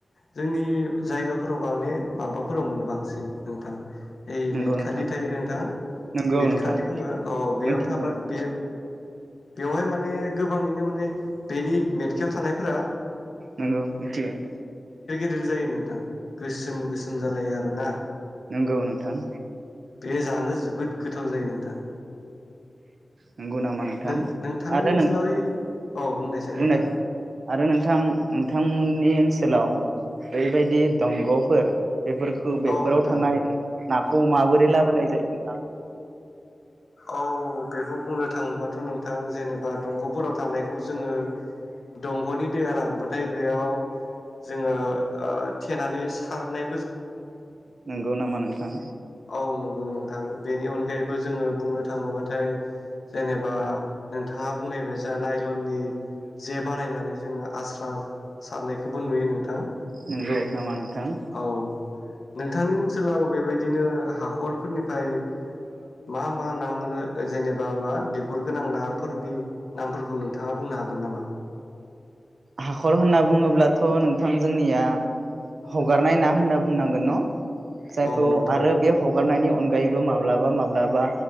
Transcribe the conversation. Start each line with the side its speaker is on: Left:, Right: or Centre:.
Left: जोंनि जायगाफोराव माने माबाफोराव मोनो बांसिन नोंथां ओइ
Right: नंगौ
Left: मेट
Right: नोंथां
Left: खाथि थायो नों थां
Right: नंगौ
Left: मेटखाथि
Right: नोंथां
Left: बुङो अ बेयाव
Right: मोनथिगौ
Left: थाबा
Right: नोंथां
Left: बेयो बेवहाय माने गोबाङैनो माने बेनि मेटखायाव थानायफोरा
Right: नंगौ मिथियो नोंथां
Left: गिदिर जायो नोंथां गोसोम गोसोम जालायो आरोना
Right: नंगौ नोंथां
Left: बे जानो जोबोद गोथाव जायो नोंथां
Right: नंगौ नामा नोंथां
Left: नों नोंथांनि
Right: आरो
Left: ओनसोलाव ओइ औ बुंनायसै
Right: बुंनाय
Left: नोंथां
Right: आरो नोंथां नोंथांमोननि ओ ओनसोलाव बैबायदि दंग'फोर बेफोरखौ बेफोराव
Left: औ नोंथां
Right: थानाय ना खौ माबोरै लाबोनाय जायो नोंथां
Left: औ बेखौ बुंनो थाङोबाथ' नोंथां जेनेबा दंग'फोराव थानायखौ जोङो दंग'नि दैया रानबाथाय बेयाव जोङो ओ थेनानै सारनाय
Right: नंगौ नामा नोंथां
Left: औ नंगौ नोंथां बेनि अनगायैबो जोङो बुंनो थाङोबाथाय जेनेबा नोंथाङा बुंनाय बाय नायलननि जे बानायनानै जोङो आस्रा सारनायखौबो नुयो नोंथां
Right: नंगौ नामा नोंथां
Left: औ नोंथांनि ओनसोलाव बेबाय बिदिनो हाखरफोरनिफ्राय मा मा ना मोनो? जेनेबा मा बिगुर गोनां ना। फोरनि नामफोरखौ नोंथाङा बुंनो हागोन नामा?
Right: हाखर होनना बुङोब्लाथ' नोंथां जोंनिया हगारनाय ना होनना बुंनांगोन न'? जायखौ
Left: औ नोंथां
Right: आरो बे हगारनायनि अनगा आगायैबो माब्लाबा माब्लाबा